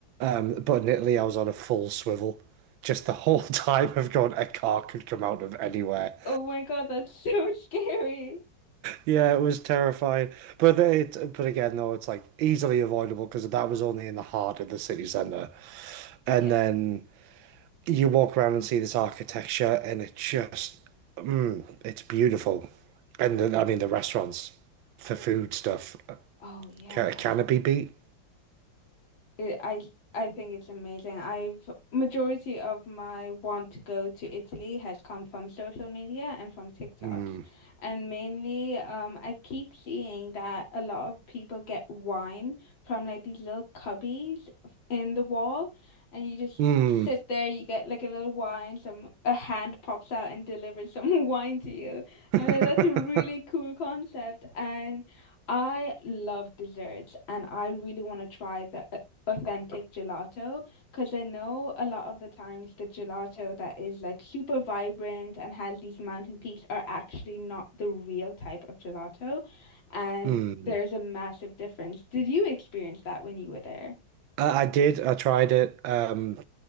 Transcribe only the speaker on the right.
But in Italy, I was on a full swivel. Just the whole <laughs> time of going, a car could come out of anywhere.
Yeah, it was terrifying. But it, but again, though, it's like easily avoidable because that was only in the heart of the city centre. And
then you walk around and see this architecture, and it just, it's beautiful. And then, I mean, the restaurants for food stuff.
Can, can it be beat?
Mm.
Mm.
<laughs>
Mm.
I, I did. I tried it. Um,